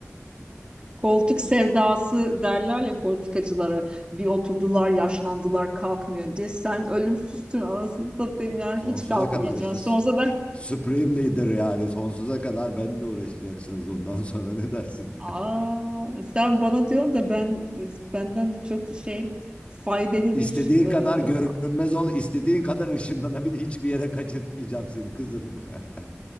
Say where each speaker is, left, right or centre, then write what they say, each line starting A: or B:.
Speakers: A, on the right; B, on the left.
A: Koltuk sevdası derler ya politikacılara bir oturdular yaşlandılar kalkmıyor diye. Sen ölümsüzsün anasını satayım
B: <laughs>
A: yani
B: sonsuza
A: hiç kalkmayacaksın.
B: kadar işte s-
A: Sonsuza ben
B: Supreme Leader yani sonsuza kadar benimle uğraşacaksınız ondan sonra ne dersin?
A: aa
B: <laughs>
A: sen bana diyorsun da ben benden de çok şey faydalı
B: İstediğin
A: bir ıı,
B: kadar görünmez ol, istediğin kadar ışınlanabil hiçbir yere kaçırtmayacağım seni kızım. <laughs>